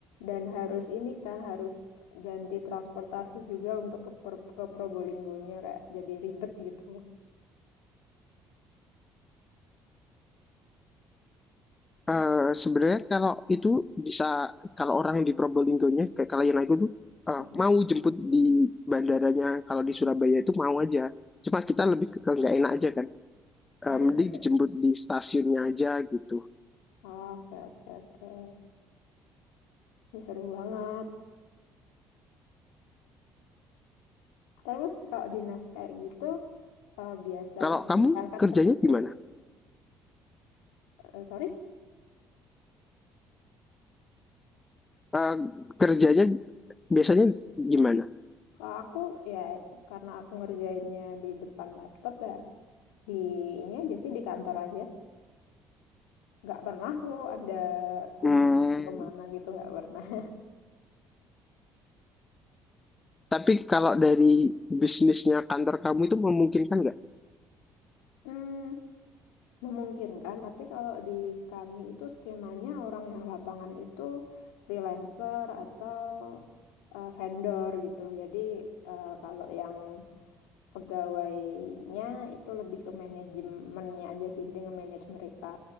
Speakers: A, on the left (about 70°); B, on the left (about 25°).
A: Dan harus ini kan harus ganti transportasi juga untuk ke, Per- ke Probolinggonya kayak jadi ribet gitu.
B: Eh, sebenarnya kalau itu bisa kalau orang di Probolinggonya kayak kalian aku tuh eh,
A: Mm-mm.
B: mau jemput di bandaranya kalau di Surabaya itu mau aja cuma kita lebih ke ke nggak enak aja kan
A: <laughs>
B: Eh, mending dijemput di stasiunnya aja gitu
A: Oh, Oke oke oke. Ini seru banget. Terus kalau dinas kayak gitu eh, biasanya
B: kalau kamu
A: berangkat
B: kerjanya
A: sendiri.
B: gimana
A: Eh, sorry?
B: Eh, kerjanya biasanya gimana
A: Kalau aku ya karena aku ngerjainnya di depan laptop ya di ini aja sih di kantor aja. Nggak pernah aku ada kunjungan
B: Hmm,
A: kemana gitu nggak pernah. <laughs>
B: tapi kalau dari bisnisnya kantor kamu itu memungkinkan nggak
A: Hmm, memungkinkan tapi kalau di kami itu skemanya orang yang lapangan itu freelancer atau eh, vendor gitu. Jadi eh, kalau yang pegawainya itu lebih ke manajemennya aja sih jadi nge-manage mereka